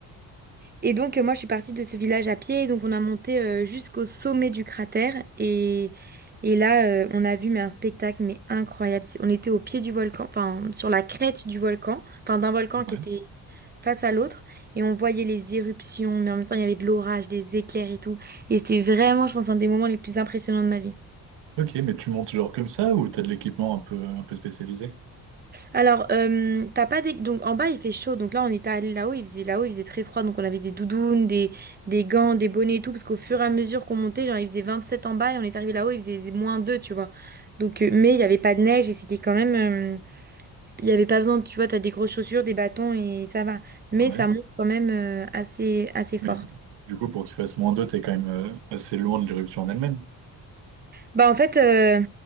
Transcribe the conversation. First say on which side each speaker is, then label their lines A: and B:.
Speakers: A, on the right (about 20°); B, on the right (about 75°).
A: Et donc, euh, moi, je suis partie de ce village à pied. Donc, on a monté euh, jusqu'au sommet du cratère. Et, et là, euh, on a vu mais un spectacle mais incroyable. C'est- On était au pied du volcan, enfin, sur la crête du volcan, enfin, d'un volcan
B: Ouais.
A: qui était face à l'autre. Et on voyait les éruptions, mais en même temps, il y avait de l'orage, des éclairs et tout. Et c'était vraiment, je pense, un des moments les plus impressionnants de ma vie.
B: Ok, mais tu montes genre comme ça ou t'as de l'équipement un peu, un peu spécialisé?
A: Alors, euh, t'as pas des... Donc, en bas, il fait chaud. Donc là, on était allé là-haut, il faisait là-haut, il faisait très froid. Donc, on avait des doudounes, des, des gants, des bonnets et tout. Parce qu'au fur et à mesure qu'on montait, genre, il faisait sept en bas et on est arrivé là-haut, il faisait des- moins deux tu vois. Donc, euh, mais il n'y avait pas de neige et c'était quand même... euh, il n'y avait pas besoin, tu vois, t'as des grosses chaussures, des bâtons et ça va. Mais
B: Ouais.
A: ça monte quand même euh, assez, assez fort.
B: Mais du coup, pour qu'il fasse moins 2, t'es quand même euh, assez loin de l'éruption en elle-même.
A: Bah, en fait, euh,